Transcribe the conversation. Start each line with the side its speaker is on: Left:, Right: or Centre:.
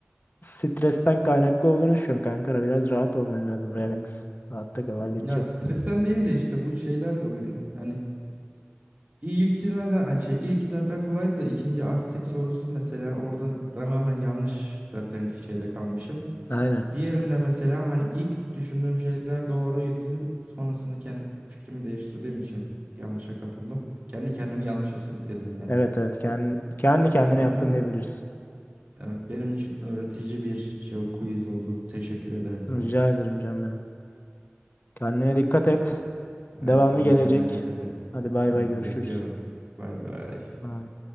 Left: stresten kaynaklı olduğunu düşünüyorum kanka. Biraz rahat olman lazım. Relax.
Right: Hı hı.
Left: Rahatta kal halledeceğiz.
Right: Ya stresten değil de işte bu şeyler de oluyor. Hani ilkine zaten şey ilki zaten kolaydı da ikinci Aztek sorusu mesela orada tamamen yanlış zaten şeyde kalmışım.
Left: Aynen.
Right: Diğerinde mesela hani ilk düşündüğüm şeyler doğruydu. Sonrasında kendi fikrimi değiştirdiğim için s- yanlışa kapıldım. Kendi kendimi yanlışa sürükledim yani.
Left: Evet evet. Kendi, kendi kendine
Right: Ama
Left: yaptın diyebiliriz.
Right: evet benim için öğretici bir şey quiz oldu bu. Teşekkür ederim sana.
Left: Rica ederim canım benim. Kendine dikkat et.
Right: Hadi
Left: Devamı
Right: sen
Left: gelecek.
Right: de kendine dikkat et.
Left: Hadi bay
Right: Tamam
Left: bay görüşürüz.
Right: bekliyorum. Bay bay.
Left: Bye.